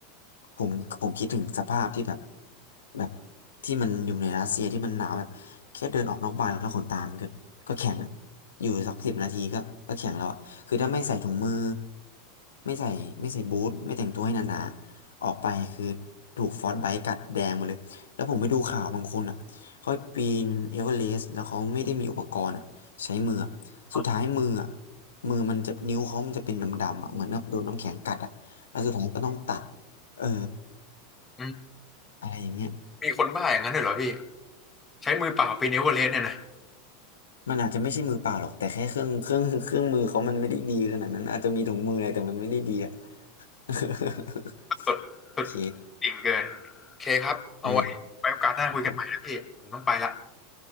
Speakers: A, on the left; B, on the left.
A: ผมผมคิดถึงสภาพที่แบบแบบที่มันอยู่ในรัสเซียที่มันหนาวแบบแค่เดินออกนอกบ้านแล้วขนตามนก็ก็แข็งอะอยู่สักสิบนาทีก็ก็แข็งแล้วอะคือถ้าไม่ใส่ถุงมือไม่ใส่ไม่ใส่บูทไม่แต่งตัวให้หนาๆออกไปคือถูกฟรอสต์ไบต์กัดแดงหมดเลยแล้วผมไปดูข่าวบางคนอ่ะ เขาปีนเอเวอเรสต์แล้วเขาไม่ได้มีอุปกรณ์อะใช้มืออะสุดท้ายมืออะ
B: อ๋อ
A: มือมันจะนิ้วเขามันจะเป็นดำๆอะเหมือนกับโดนน้ำแข็งกัดอะแล้วสุดท้ายก็ต้องตัดเออ
B: อืม
A: อะไรอย่างเงี้ย
B: มีคนบ้าอย่างนั้นด้วยเหรอพี่ใช้มือเปล่าปีนเอเวอเรสต์เนี่ยนะ
A: มันอาจจะไม่ใช่มือเปล่าหรอกแต่แค่เครื่องเครื่อง <laughs> เครื่องมือเขามันไม่ได้ดีขนาดนั้นอาจจะมีถุงมืออะไรแต่มันไม่ได้ดีอะ <laughs>
B: สุดสุด
A: โอเค
B: จริ่งเกินโอเคครับเอาไว้ไว้โอกาสหน้าคุยกันใหม่นะพี่ผมต้องไปละ
A: อ่าครับผม